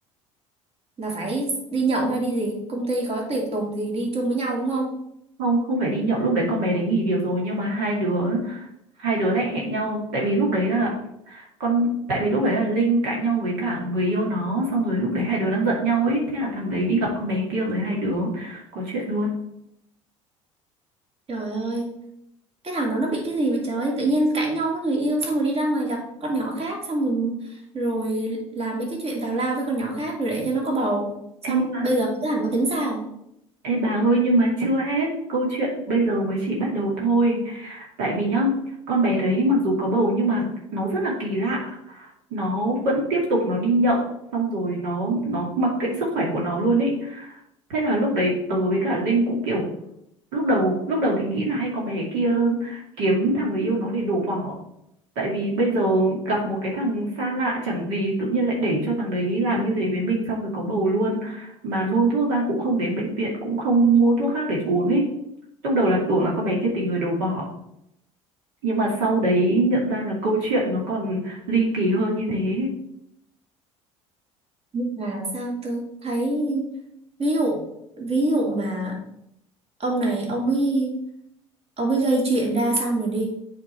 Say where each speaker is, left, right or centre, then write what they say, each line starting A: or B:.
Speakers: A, on the right; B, on the right.
A: là phải đi nhậu hay đi gì công ty có tiệc tùng gì đi chung với nhau đúng không
B: không không phải đi nhậu lúc đấy con bé đấy nghỉ việc rồi nhưng mà hai đứa hai đứa lại hẹn nhau tại vì lúc đấy là con tại vì lúc đấy là Linh cãi nhau với cả người yêu nó xong rồi lúc đấy hai đứa đang giận nhau ấy thế là thằng đấy đi gặp con bé kia rồi hai đứa có chuyện luôn
A: trời ơi cái thằng đó nó bị cái gì vậy trời tự nhiên cãi nhau với người yêu xong rồi đi ra ngoài gặp con nhỏ khác xong rồi rồi làm mấy cái chuyện tào lao với con nhỏ khác rồi để cho nó có bầu xong
B: Ê, nhưng mà
A: bây giờ cái thằng nó tính sao
B: Ê bà ơi nhưng mà chưa hết câu chuyện bây giờ mới chỉ bắt đầu thôi tại vì nhá con bé đấy mặc dù có bầu nhưng mà nó rất là kỳ lạ nó vẫn tiếp tục nó đi nhậu xong rồi nó nó mặc kệ sức khỏe của nó luôn ý thế là lúc đấy tớ với cả Linh cũng kiểu lúc đầu lúc đầu thì nghĩ là hay con bé kia kiếm thằng người yêu nó để đổ vỏ tại vì bây giờ gặp một cái thằng xa lạ chẳng gì tự nhiên lại để cho thằng đấy làm như thế với mình xong rồi có bầu luôn mà nôn thuốc ra cũng không đến bệnh viện cũng không mua thuốc khác để uống ấy lúc đầu là tưởng là con bé kia tìm người đổ vỏ nhưng mà sau đấy nhận ra là câu chuyện nó còn ly kỳ hơn như thế
A: nhưng mà sao tôi thấy ví dụ ví dụ mà ông này ông ấy ông ấy gây chuyện ra xong rồi đi